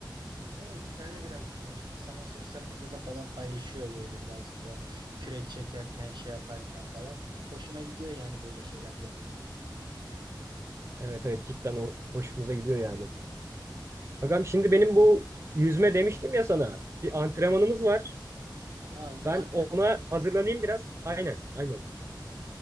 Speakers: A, on the right; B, on the right.
A: Evet ben de birazcık görmüştüm. İnsanlar sosyal medyada falan paylaşıyor böyle birazcık da kürek çekerken şey yaparken falan. Hoşuma gidiyor yani böyle şeyler görmek.
B: Evet evet cidden o- hoşumuza gidiyor yani. Agam şimdi benim bu yüzme demiştim ya sana. Bir antrenmanımız var.
A: Ya yüzmanten.
B: Ben ona hazırlanayım biraz. Aynen aynen.